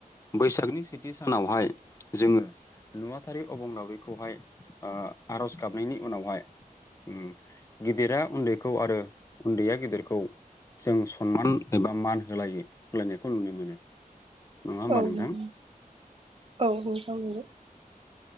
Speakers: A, on the left; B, on the right.
A: बैसागनि सेथि सानावहाय जोङो नुवाथारि अबं लावरिखौहाय आर'ज गाबनायनि उनावहाय उम गिदिरा उन्दैखौ आरो उन्दैया गिदिरखौ जों सनमान एबा मान होलायो होलायनायखौ नुनो मोनो नङा होमबा
B: औ
A: नोंथां
B: नंगौ औ नोंथां नोंगौ